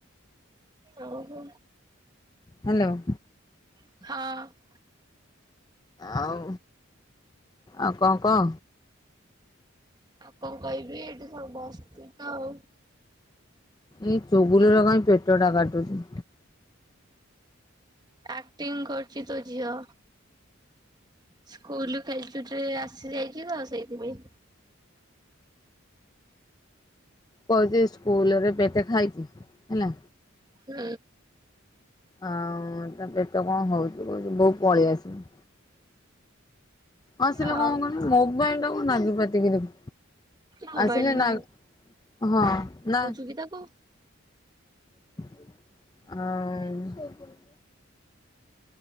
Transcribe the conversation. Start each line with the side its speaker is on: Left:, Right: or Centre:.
Right: ଓ ହୋ।
Left: ହ୍ୟାଲୋ।
Right: ହଁ।
Left: ଆଉ ଆଉ କଣ କହ?
Right: ଆଉ କଣ କହିବି ଏଇଠି ସବୁ ବସିଚୁ ତ ଆଉ।
Left: ଏଇ ଚୁଗୁଲି ର କାଇଁ ପେଟ ଟା କାଟୁଚି।
Right: ଆକ୍ଟିଂ କରୁଚି ତୋ ଝିଅ। ସ୍କୁଲ୍ ଖେଳଛୁଟିରେ ଆସି ଯାଇଛି ତ ସେଇଥିପାଇଁ।
Left: କହୁଛି ସ୍କୁଲରେ ପେଟେ ଖାଇଛି ହେଲା।
Right: ହୁଁ।
Left: ହଁ ତା ପେଟ କଣ ହଉଚି କହୁଚି ବୋଉ ପଳେଇଆସିବି। ଆସିଲେ
Right: ଆଉ
Left: କଣ କହନି ମୋବାଇଲ୍ ଟାକୁ ନାଗି ପାତିକି ଦେଖ୍
Right: ମୋବାଇଲ
Left: ଆସିଲେ ନା ହଁ ନା।
Right: <unintelligible> କୁ
Left: ହଁ।